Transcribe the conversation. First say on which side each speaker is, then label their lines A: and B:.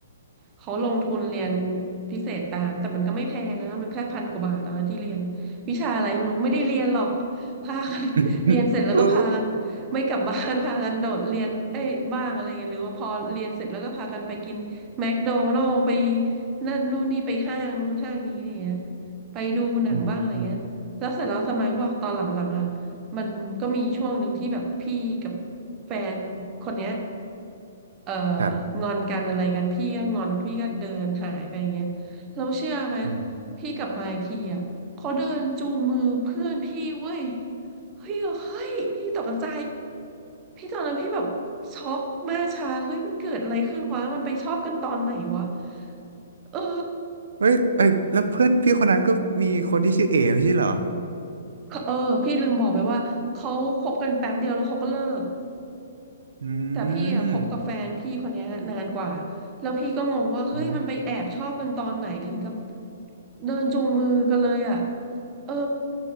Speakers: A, on the right; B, on the right.
A: เขาลงทุนเรียนพิเศษตามแต่มันก็ไม่แพงนะมันแค่พันกว่าบาทตอนนั้นที่เรียนวิชาอะไรไม่รู้ไม่ได้เรียนหรอกพากัน
B: <laughs>
A: <laughs> เรียนเสร็จแล้วก็พากันไม่กลับบ้าน
B: เออ
A: <laughs> พากันโดดเรียนเอ้ยบ้างอะไรเงี้ยหรือว่าพอเรียนเสร็จแล้วก็พากันไปกินแมคโดนัลด์ไปนั่นนู่นนี่ไปห้างนู้นห้างนี้เนี่ยไปดูหนังบ้างอะไรเงี้ยแล้วเสร็จแล้วทำไมวะตอนหลังๆอ่ะ
B: อืมอืม
A: มันก็มีช่วงหนึ่งที่แบบพี่กับแฟนคนเนี้ยเอ่อ
B: ครับ
A: งอนกันอะไรกันพี่ก็งอนพี่ก็เดินหายไปอย่างเงี้ยแล้วเชื่อไหม
B: อืม
A: พี่กลับมาอีกทีอ่ะเขาเดินจูงมือเพื่อนพี่เว้ยเฮ้ยเฮ้ยพี่ตกใจพี่ตอนนั้นพี่แบบช็อกมากชาเฮ้ยมันเกิดอะไรขึ้นวะมันไปชอบกันตอนไหนวะเออ
B: เฮ้ยเอ้ยแล้วเพื่อนพี่คนนั้นก็มีคนที่ชื่อเอไม่ใช่เหรอ
A: เออพี่ลืมบอกไปว่าเขาคบกันแป๊บเดียวแล้วเขาก็เลิก
B: อื
A: แต่พี่อะคบกับแฟนพี่คนเนี้ยนานกว่า
B: ม
A: แล้วพี่ก็งงว่าเฮ้ยมันไปแอบชอบกันตอนไหนถึงกับ
B: อืม
A: เดินจูงมือกันเลยอ่ะเออ